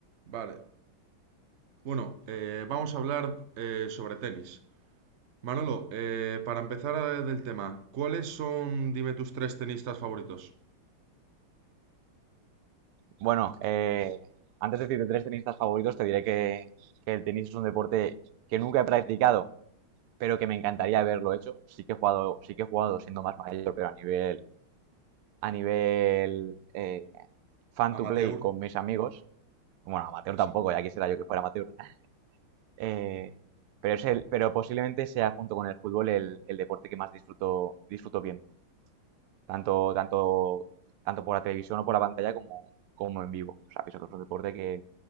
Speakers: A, on the right; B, on the right.
A: Vale. Bueno, eh, vamos a hablar eh, sobre tenis. Manolo, eh, para empezar eh, del tema, ¿cuáles son, dime, tus tres tenistas favoritos?
B: Bueno, eh, antes de decirte tres tenistas favoritos, te diré que, que el tenis es un deporte que nunca he practicado, pero que me encantaría haberlo hecho. Sí que he jugado, sí que he jugado siendo más mayor, pero a nivel, a nivel eh, fan
A: Amateur.
B: to play con mis amigos. Bueno, amateur
A: Exacto.
B: tampoco, ya quisiera yo que fuera amateur. Eh, pero es el, pero posiblemente sea junto con el fútbol el, el deporte que más disfruto, disfruto viendo tanto, tanto, tanto por la televisión o por la pantalla como, como en vivo. O sea, que es otro deporte que,